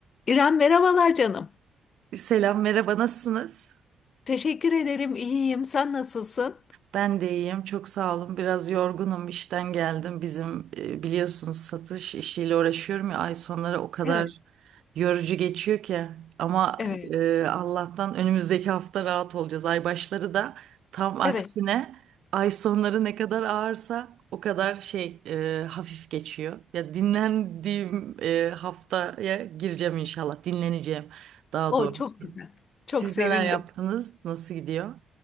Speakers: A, on the left; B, on the right.
A: İrem merhabalar canım.
B: Selam, merhaba, nasılsınız?
A: Teşekkür ederim. iyiyim. Sen nasılsın?
B: Ben de iyiyim, çok sağ olun. Biraz yorgunum, işten geldim. Bizim e, biliyorsunuz satış işiyle uğraşıyorum ya ay sonları o kadar
A: Evet,
B: yorucu geçiyor ki. Ama
A: evet.
B: e, Allah'tan önümüzdeki hafta rahat olacağız. Ay başları da tam aksine
A: Evet.
B: ay sonları ne kadar ağırsa o kadar şey e, hafif geçiyor. Ya dinlendiğim e, haftaya gireceğim inşallah, dinleneceğim daha
A: O
B: doğrusu.
A: çok güzel. Çok
B: Siz
A: sevindim.
B: neler yaptınız? Nasıl gidiyor?